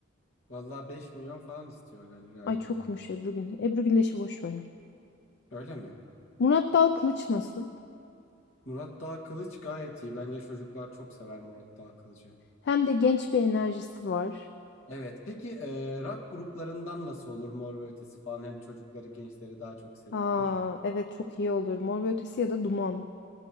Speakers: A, on the left; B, on the left.
A: vallahi 5 milyon falan istiyor gal- galiba.
B: Ay çokmuş Ebru Gündeş. Ebru Gündeş'i boş verelim.
A: Öyle mi?
B: Murat Dal Kılıç nasıl?
A: Murat Dağ Kılıç gayet iyi. Bence çocuklar çok sever Murat Dağ Kılıcı.
B: Hem de genç bir enerjisi var.
A: Evet. Peki eee rock gruplarından nasıl olur Mor ve Ötesi falan? Hem çocukları gençleri daha çok seviyorlar.
B: Aa evet çok iyi olur. Mor ve Ötesi ya da Duman.